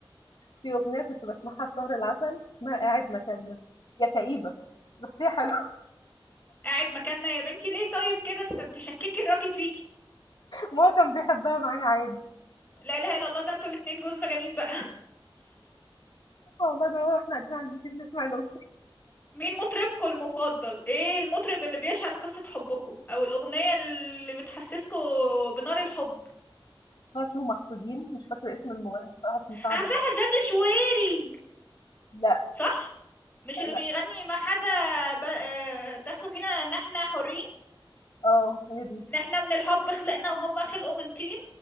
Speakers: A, on the left; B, on the left.
A: في أغنية كنت باسمعها في شهر العسل اسمها قاعد مكاننا، هي كئيبة بس هي حلوة.
B: قاعد مكاننا يا بنتي ليه طيب كده تف- تشككي الراجل فيكي
A: وهو كان بيحبها معايا عادي،
B: لا اله الا الله ده انتوا الاتنين جوز مجانين بقى <laughs>
A: والله أنا وهو وإحنا قاعدين عند البيت نسمع الأغنية
B: مين مطربكم المفضل ايه المطرب اللي بيشعل قصة حبكم او الاغنية اللي بتحسسكم بنار الحب
A: بتاعة شو محسودين مش فاكرة اسم المغني بصراحة اسمه سعد
B: عارفاها
A: حسن
B: جاد شويري
A: لأ،
B: صح مش اللي
A: لأ،
B: بيغني ما حدا ب- آه، دخلوا فينا ان احنا حرين
A: آه هي دي.
B: ان احنا من الحب خلقنا وهم خلقوا من طين